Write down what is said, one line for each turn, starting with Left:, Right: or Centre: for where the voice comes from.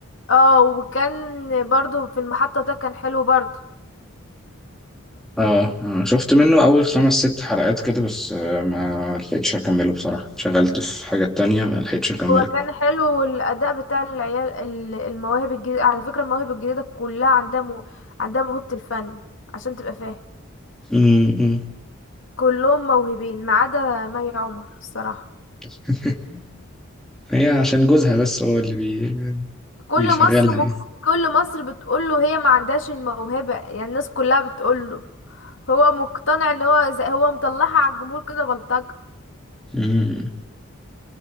Left: اه وكان برضو في المحطه ده كان حلو برضو
Centre: آه آه، شفت منه أول خمس ست حلقات كده بس آه، ما لحقتش أكمله بصراحة شغلت في حاجات تانية ما لحقتش أكمله
Left: هو كان حلو والاداء بتاع العيال ال- المواهب الجديده على فكره المواهب الجديده كلها عندها مو... عندها موهبه الفن عشان تبقى فاهم
Centre: م- م.
Left: كلهم موهوبين ما عدا مي عمر الصراحه
Centre: <laughs> هي عشان جوزها بس هو اللي بي...
Left: كل
Centre: بيشغلها
Left: مصر
Centre: يعني
Left: مك... كل مصر بتقوله هي ما عندهاش الموهبه يعني الناس كلها بتقوله هو مقتنع ان هو زي... هو مطلعها على الجمهور كده بلطجه
Centre: م- م.